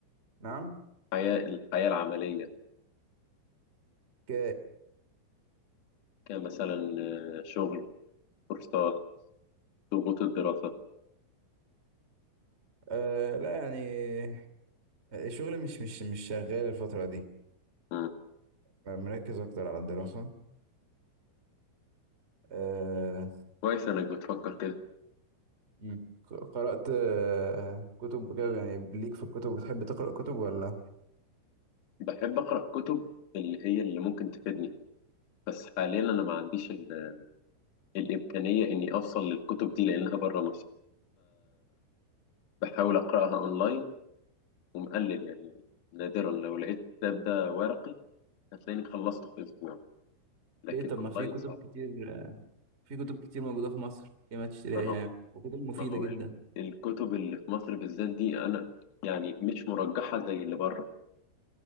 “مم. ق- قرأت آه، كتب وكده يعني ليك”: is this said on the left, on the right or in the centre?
Right